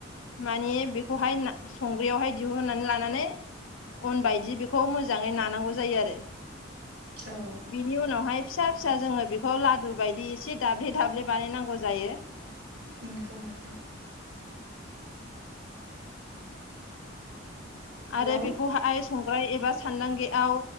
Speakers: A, on the left (about 85°); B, on the right (about 80°).
A: माने बेखौहाय ना संग्रायावहाय दिहुननानै लानानै अन बायदि बेखौ मोजाङै नानांगौ जायो आरो
B: औ
A: बिनि उनावहाय फिसा फिसा जोङो बेखौ लादु बायदि एसे दाब्ले दाब्ले बानायनांगौ जायो
B: नंगौ नोंथां हेलौ
A: आरो बिखौहाय संग्राय एबा सान्दांगायाव